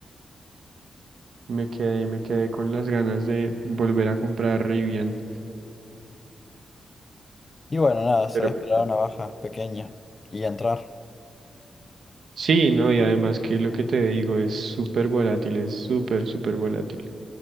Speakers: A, on the right (about 65°); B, on the left (about 30°).
A: Me quedé, me quedé con las ganas de volver a comprar Rivian.
B: Y bueno, nada, será
A: Pero bueno,
B: esperar
A: nada.
B: una baja pequeña y entrar.
A: Sí, no, y además que lo que te digo es súper volátil, es súper, súper volátil.